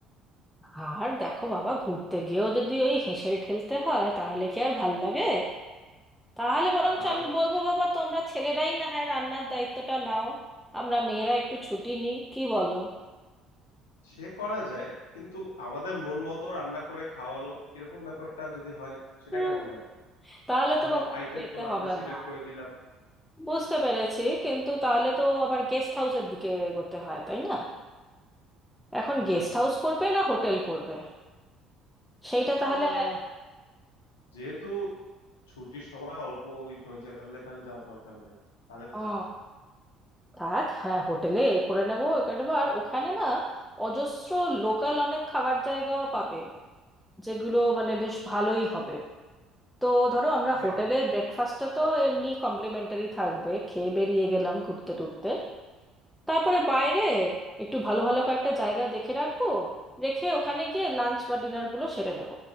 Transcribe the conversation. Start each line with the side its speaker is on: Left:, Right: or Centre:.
Centre: আর দেখো বাবা ঘুরতে গিয়েও যদি ওই হেসেল ঠেলতে হয় তাহলে কি আর ভাল লাগে তাহলে বরঞ্চ
Left: তাও
Centre: আমি
Left: ঠিক
Centre: বলবো বাবা তোমরা ছেলেরাই না হয় রান্নার দায়িত্বটা নাও আমরা মেয়েরা একটু ছুটি নিই কি বলো
Left: সে করা যায় কিন্তু আমাদের মন মতো রান্না করে খাওয়ালো এরকম ব্যাপারটা যদি হয় সেটা
Centre: হুম,
Left: কেমন হয়
Centre: তাহলে
Left: ধরো
Centre: তো বাবা
Left: আইটেম
Centre: আর যেতে
Left: গুলো
Centre: হবে
Left: আমরা সিলেক্ট
Centre: না
Left: করে দিলাম
Centre: বুঝতে পেরেছি কিন্তু তাহলে তো আবার গেস্ট হাউসের দিকে এগোতে হয় তাই না এখন
Left: হুম
Centre: গেস্ট
Left: হুম
Centre: হাউস
Left: হুম
Centre: করবে না হোটেল করবে সেইটা
Left: আহ
Centre: তাহলে
Left: যেহেতু ছুটির সময় অল্প ওই ঝই ঝামেলায় তাহলে যাওয়ার দরকার নাই তাহলে
Centre: ও
Left: থাক
Centre: থাক হ্যাঁ হোটেলে এ করে নেবো একবার ওখানে না অজস্র লোকাল অনেক খাবার জায়গাও পাবে যেগুলো মানে বেশ ভালোই হবে তো ধরো আমরা
Left: হ্যাঁ
Centre: হোটেলের ব্রেকফাস্টটা তো এমনি কমপ্লিমেন্টারি থাকবে খেয়ে বেরিয়ে গেলাম ঘুরতে টুরতে তারপরে বাইরে একটু ভালো ভালো কয়েকটা জায়গা দেখে রাখবো রেখে ওখানে গিয়ে লাঞ্চ বা ডিনার গুলো সেরে নেব